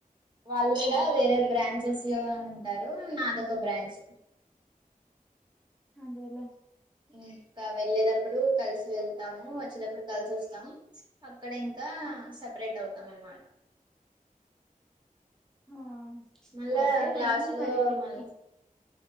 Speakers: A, on the right (about 30°); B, in the centre.
A: వాళ్ళు కూడ వేరే బ్రాంచెస్ లో ఉంటారు నాదొక బ్రాంచ్
B: అదేలే
A: ఇంక వెళ్ళేటప్పుడు కలిసి వెళ్తాము వచ్చేటప్పుడు కల్సి వస్తాం అక్కడ ఇంక సపరేట్ అవుతాం అనమాట
B: ఆ
A: మళ్ళా
B: అయితే
A: క్లాస్
B: వెళ్ళండి
A: లో
B: మరి ట్రిప్కి
A: మళ్ళ